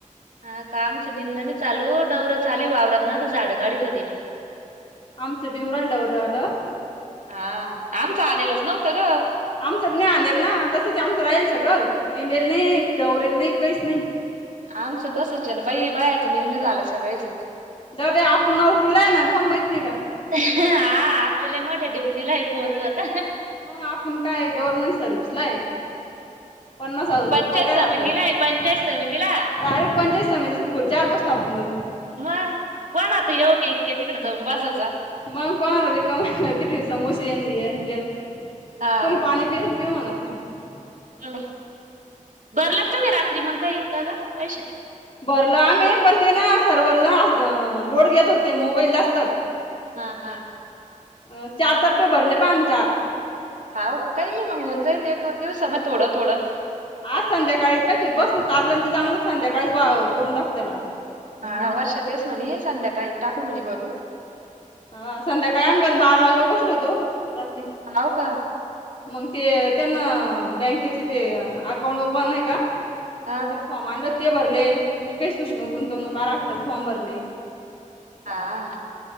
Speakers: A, on the right; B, on the left.
A: हा कामच निंदनी चालू डववरं चाली वावरत ना तर झाड कााढत होती
B: आमचं ब्यवराल डौर आला
A: हा आमचं आणलेलच नव्हतं ग
B: आमचं नाही आणल ना तसंच आमचं राहील सगळं नेलेल नाही दवरेल नाही काहीच नाही
A: आमचं तसचण बाई बायाचं निन झालं सगळचं
B: ददा आपण नोकरी ला आहे ना तुम्हाला माहित नाही का
A: हा आपल्याला मो ड्युटी लाय पोहचू आता
B: मग आपण काय गव्हर्नमेंट सर्व्हस ला आहे पन्नास हजार
A: पंचायत
B: रुपये पगार
A: समितीला
B: आपल्याला
A: आहे पंचायत समितीला
B: बरे पंच स म्हज खुर्च्यावर बसत आपण तू
A: मग कोणाचं येऊगी इतक्या तिकडे जाऊन बसाच
B: मग कोण आला र का तिथ समोसे ये येन तेन
A: हाव.
B: कोणी पाणी पि पि म्हणत नाही
A: ह भरलात त म् रात्री मग काही का का पैश
B: भरलं आम्ही पण ते ना सर्वररला लोड घेत होते मोबाईल जास्त
A: हा हा
B: अ चार टप्पे भरले पाणी चार.
A: हाव का काही नाही मग होऊन जाईल एक दोन दिवसा म थोडं थोडं.
B: आज संध्याकाळी कधी बसलं चारलं ते चांगलं संध्याकाळीच ब करून टाकू त्याला आता.
A: हा वर्षा तेच म्हणे संध्याकाळी टाकू म्हणे बरू.
B: हा संध्याकाळी आम गन बारा वाजेला बसलो होतो रात्री.
A: हाव का?
B: मग ते त्यांना बँकेचे ते अकाउंट ओपन आहे का?
A: हा
B: ते फॉर्म आणलं ते भरले मी काही सुष्म गुंतवणू काराखाटाच फॉर्म भरले.
A: आ